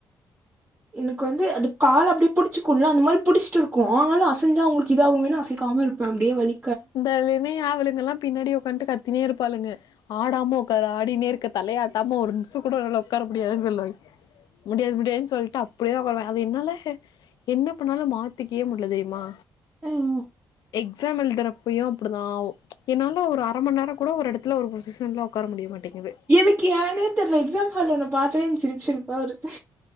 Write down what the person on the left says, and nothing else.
இந்த லினயா அவளுகல்லா பின்னாடி உக்காண்ட்டு கத்தினே இருப்பாளுங்க ஆடாம உக்காரு ஆடினே இருக்க தலைய ஆட்டாம ஒரு நிமிஷ கூட உன்னால உக்கார முடியாதுன் சொல்லுவா முடியாது முடியாதுன் சொல்ட்டு அப்டியோ வருவே அது என்னால என்ன பண்ணாலு மாத்திக்கே முடியல தெரியுமா
எக்ஸாம் எழுதுறப் ய்யு அப்டிதா ஆவு என்னால ஒரு அர மண் நேரோ கூட ஒரு எடத்துல ஒரு பொசிஷன்ல உக்கார முடிய மாட்டங்குது